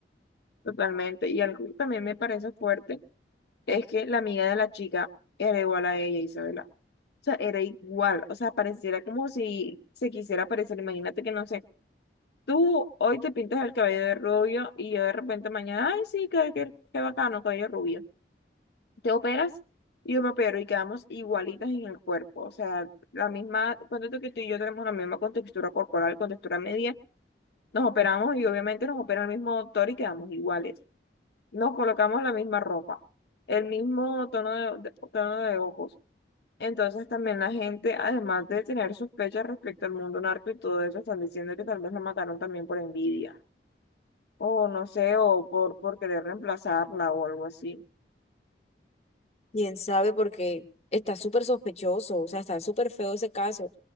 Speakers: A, on the left (about 70°); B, on the left (about 35°).
A: totalmente. Y algo que también me parece fuerte Es que la amiga de la chica era igual a ella, Isabela. O sea, era igual. O sea, pareciera como si se quisiera parecer. Imagínate que, no sé, tú hoy te pintas el cabello de rubio y yo de repente mañana, ay, sí, qué, qué, qué bacano, cabello rubio. Te operas y yo me opero y quedamos igualitas en el cuerpo. O sea, la misma, cuando tú que tú y yo tenemos la misma contextura corporal, contextura media, nos operamos y obviamente nos opera el mismo doctor y quedamos iguales. Nos colocamos la misma ropa, el mismo tono de, de- tono de ojos. Entonces también la gente, además de tener sospechas respecto al mundo narco y todo eso, están diciendo que tal vez la mataron también por envidia, o no sé, o por, por querer reemplazarla o algo así.
B: ¿Quién sabe? Porque está súper sospechoso, o sea, está súper feo ese caso.